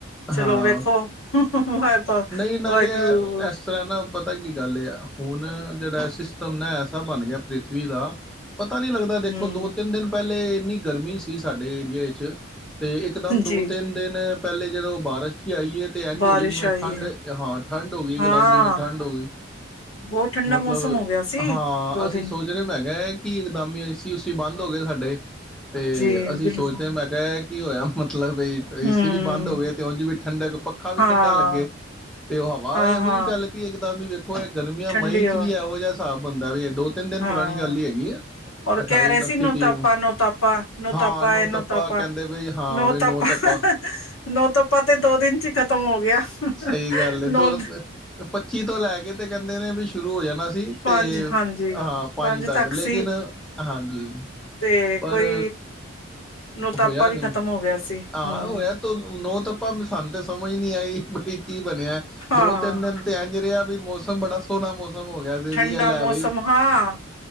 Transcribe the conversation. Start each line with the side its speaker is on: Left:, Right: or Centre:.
Left: ਚਲੋ
Centre: ਹਾਂ
Left: ਵੇਖੋ ਵਾਹ
Centre: ਨਹੀਂ ਨਾਲੇ
Left: ਵਾਹਿਗੁਰੂ
Centre: ਇਸ ਤਰ੍ਹਾਂ ਨਾ ਪਤਾ ਕੀ ਗੱਲ ਹੈ ਹੁਣ ਜਿਹੜਾ ਸਿਸਟਮ ਨਾ ਐਸਾ ਬਣ ਗਿਆ ਪ੍ਰਿਥਵੀ ਦਾ ਪਤਾ ਨਹੀਂੀ ਲੱਗਦਾ ਦੇਖੋ
Left: ਹਮ
Centre: ਦੋ ਤਿੰਨ ਦਿਨ ਪਹਿਲੇ ਇੰਨੀ ਗਰਮੀ ਸੀ ਸਾਡੇ ਏਰੀਏ ਚ ਤੇ ਇਕਦਮ ਦੋ
Left: ਜੀ
Centre: ਤਿੰਨ ਦਿਨ ਪਹਿਲੇ ਜਦੋਂ ਉਹ ਬਾਰਿਸ਼ ਆਈਏ ਤੇ ਇਂਝ
Left: ਬਾਰਿਸ਼
Centre: ਹੋ ਗਏ ਜਿਵੇਂ
Left: ਆਈ
Centre: ਠੰਡ
Left: ਹੈ
Centre: ਹਾਂ ਠੰਢ ਹੋ ਗਈ ਇਕਦਮ
Left: ਹਾਂ
Centre: ਜਿਵੇਂ ਠੰਡ ਹੋ ਗਈ
Left: ਬਹੁਤ ਠੰਡਾ
Centre: ਮਤਲਬ
Left: ਮੌਸਮ ਹੋ ਗਿਆ ਸੀ
Centre: ਹਾਂ
Left: ਦੋ
Centre: ਅਸੀਂ
Left: ਦਿਨ
Centre: ਸੋਚ ਰਹੇ ਮੈਂ ਕਿਹਾ ਹੈ ਕਿ ਇੱਕਦਮ ਹੀ ਏਸੀ ਉਸੀ ਬੰਦ ਹੋ ਗਏ ਸਾਡੇ ਤੇ
Left: ਜੀ
Centre: ਅਸੀਂ
Left: ਬਿਲਕੁਲ
Centre: ਸੋਚਦੇ ਹ ਮੈਂ ਕਿਹਾ ਕੀ ਹੋਇਆ ਮਤਲਬ ਵੀ
Left: ਹਮ
Centre: ਏਸੀ ਵੀ ਬੰਦ ਹੋਵੇ ਤੇ ਉਝ ਵੀ ਠੰਡਕ ਪੱਖਾ ਵੀ
Left: ਹਾਂ
Centre: ਠੰਡਾ ਲੱਗੇ ਤੇ ਉਹ ਹਵਾ
Left: ਹਾਂ
Centre: ਇਹੋ
Left: ਹਾਂ
Centre: ਜਿਹੀ ਚੱਲ ਪਈ ਇੱਕਨ ਦਾ ਵੀ ਵਖ ਦੇਖੋ ਇਹ ਗਰਮੀਆਂ
Left: ਠੰਡੀ
Centre: ਮਈ
Left: ਹਵਾ
Centre: ਚ ਵੀ ਇਹੋ ਜਿਹਾ ਹਿਸਾਬ ਬੰਦਾ ਵੀ ਦੋ ਤਿੰਨ ਦਿਨ
Left: ਹਾਂ
Centre: ਪੁਰਾਣੀ ਗੱਲ ਹੀ ਹੈਗੀ ਹੈ
Left: ਰ
Centre: ਅਠਾਈ
Left: ਕਹਿ ਰਹੇ
Centre: ਉਨੱਤੀ
Left: ਸੀ ਨੋਤਾਪਾ
Centre: ਤੀਹ ਨੂੰ
Left: ਨੋਤਾਪਾ ਨੋਤਾਪਾ
Centre: ਹਾਂ ਨੋ
Left: ਏ ਨੋਤਾਪਾ
Centre: ਧੱਪਾ ਕਹਿੰਦੇ ਬਈ ਹਾਂ
Left: ਨੋਤਾਪਾ
Centre: ਬਈ ਨੋ ਧੱਪਾ
Left: ਨੋਤਾਪਾ ਤੇ ਦੋ ਦਿਨ ਚ ਹੀ ਖਤਮ ਹੋ ਗਿਆ
Centre: ਸਹੀ ਗੱਲ ਹੈ
Left: ਨੋ
Centre: ਦੋ ਪੱਚੀ ਤੋਂ ਲੈ ਕੇ ਤੇ ਕਹਿੰ ਦੇ ਨੇ ਵੀ ਸ਼ੁਰੂ ਹੋ ਜਾਣਾ ਸੀ
Left: ਪੰਜ
Centre: ਤੇ
Left: ਹਾਂਜੀ
Centre: ਹਾਂ ਪੰਜ ਤੱਕ ਲੇਕਿਨ
Left: ਸੀ
Centre: ਹਾਂਜੀ
Left: ਤੇ
Centre: ਪਰ
Left: ਕੋਈ ਨੋਤਾਪਾ
Centre: ਹੋਇਆ
Left: ਵੀ
Centre: ਨੀ
Left: ਖਤਮ ਹੋ ਗਿਆ ਸੀ
Centre: ਹਾਂ
Left: ਹੂੰ
Centre: ਹੋਇਆ ਤ ਨੋ ਤਾਂਪਾ ਸਾਨੂੰ ਤੇ ਸਮਝ ਨਹੀਂੀ ਆਈ ਗ ਕੀ ਬਣਿਆ
Left: ਹਾਂ
Centre: ਦੋ ਤਿੰਨ ਦਿਨ ਤੇ ਇੰਝ ਰਿਹਾ ਵੀਸ ਮੌਸਮ ਬੜਾ ਸੋਹਣਾ ਮੌਸਮ ਹੋ ਗਿਆ ਸੀ
Left: ਠੰਡਾ
Centre: ਸੀਗਾ ਲੈ
Left: ਮੌਸਮ
Centre: ਬਈ
Left: ਹਾਂ